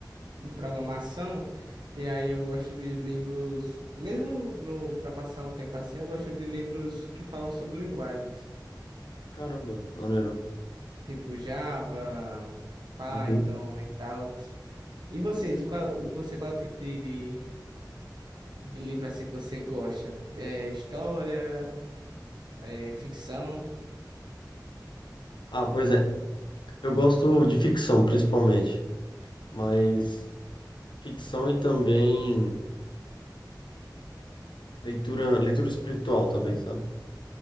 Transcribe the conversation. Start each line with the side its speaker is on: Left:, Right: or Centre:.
Right: de programação, e aí eu gosto de livros, mesmo no, para passar o tempo assim, eu gosto de livros que falam sobre linguagens,
Left: Caramba, maneiro.
Right: tipo Java, Python
Left: Uhum.
Right: e tal. E vocês, qual, você, qual é o tipo de, de, de livro assim que você gosta? É história? É ficção?
Left: Ah, pois é. Eu gosto de ficção, principalmente. Mas ficção e também. Leitura, leitura espiritual também, sabe?